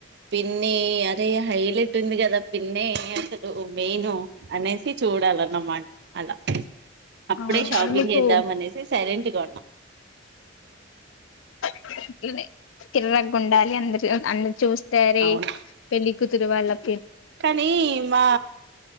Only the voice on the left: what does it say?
అవును
అది మీకు
అ అట్లనే కిరాగ్ ఉండాలి అందరు అందరు చూస్తారే
పెళ్లి కూతురు వాళ్ళం